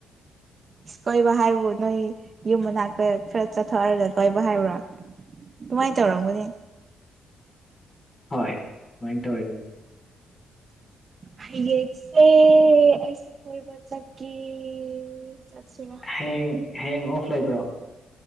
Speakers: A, on the right; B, on the left.
A: ꯏꯁ ꯀꯣꯏꯕ ꯍꯥꯏꯕꯨ ꯅꯣꯏ ꯌꯨꯝ ꯃꯅꯥꯛ ꯇ ꯈꯔ ꯆꯠꯊꯣꯛ ꯍꯥꯏꯔ ꯀꯣꯏꯕ ꯍꯥꯏꯕ꯭ꯔꯥ ꯗꯨꯃꯥꯏ ꯇꯧꯔꯝꯒꯅꯤ
B: ꯍꯣꯏ ꯗꯨꯃꯥꯏ ꯇꯧꯔꯤꯅꯤ
A: ꯍꯌꯦꯡꯁꯦ ꯑꯩꯁꯨ ꯀꯣꯏꯕ ꯆꯠꯀꯦ ꯀ‌ꯦ ꯆꯠꯁꯤꯔꯥ
B: ꯍꯌꯦꯡ ꯍꯌꯦꯡ ꯑꯣꯐ ꯂꯩꯕ꯭ꯔꯣ